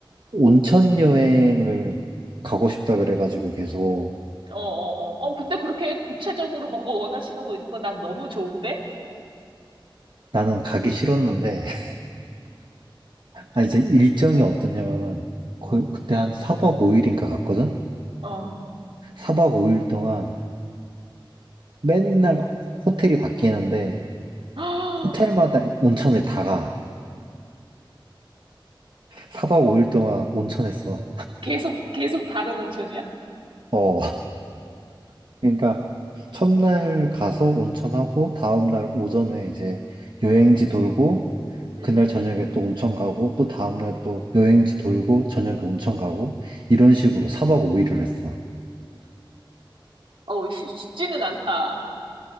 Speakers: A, on the right (about 60°); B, on the right (about 80°).
A: 온천 여행을 가고 싶다 그래가지고 계속
B: 어, 어, 어. 어, 근데 그렇게 구체적으로 뭔가 원하시는 거 있는 거 난 너무 좋은데?
A: 나는 가기 싫었는데. <laughs> 아, 이제 일정이 어떠냐면은 거의
B: 응.
A: 그때 한 4박 5일인가 갔거든?
B: 어.
A: 4박 5일 동안 맨날 호텔이 바뀌는데
B: <gasps>
A: 호텔마다 온천을 다 가. 4박 5일 동안 온천했어.
B: 계속, 계속 다른 온천이야?
A: 어. 그러니까 첫날 가서 온천하고 다음날 오전에 이제 여행지 돌고
B: 음.
A: 그날 저녁에 또 온천 가고 또 다음날 또 여행지 돌고 저녁에 온천 가고 이런 식으로 4박 5일을 했어.
B: 어, 쉽- 쉽지는 않다.